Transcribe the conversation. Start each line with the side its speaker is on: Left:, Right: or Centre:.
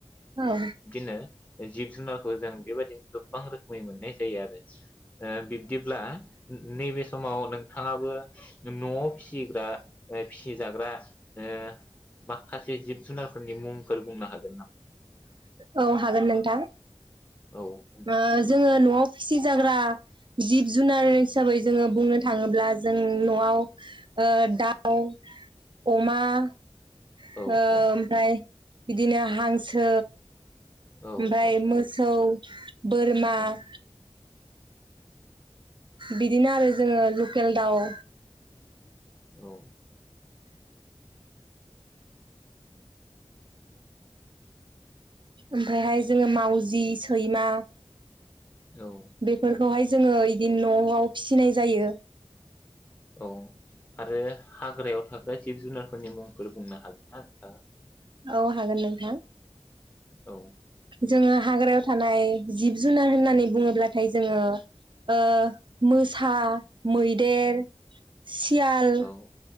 Right: औ।
Left: यो जिब जुनारखौ जों बेबायदि। गोबां रो मै मोननाय जायो आरो बिब्दिब्ला नैबे समाव नोंथाङाबो न'आव फिसिग्रा। ओ फिजाग्रा ओ माखखासे जिब जुनारफोरनि मुंफोर बुंनो हागोन नामा?
Right: औ हागोन नोंथां।
Left: औ बुंलाय
Right: ओ जोङो न'आव फिसिजाग्रा जिब जुनार हिसाबै जोङो बुंनो थाङोब्ला जों न'आव दाउ, अमा ओ
Left: औ औ
Right: ओमफ्राय बिदिनो हांस सो
Left: औ
Right: ओमफाय
Left: औ
Right: मोसौ बोरमा
Left: औ
Right: <inaudible> बिदिनो आरो जोङो लुकेल दाउ
Left: औ
Right: ओमफायहाय जोङो मावजि, सैमा
Left: औ
Right: बेफोरखौहाय जोङो इदिनो न'आव फिनाय जायो।
Left: औ आरो हाग्रायाव थाग्रा जिब जुनारफोरनि मुंफोर बुंनो हागोन ना नोंथाङा?
Right: औ हागोन नोंथां।
Left: औ
Right: जोङो हाग्रायाव थानाय जिब जुनार होननानै बुङोब्लाथाय जोङो ओ मोसा, मै देर, सियाल
Left: औ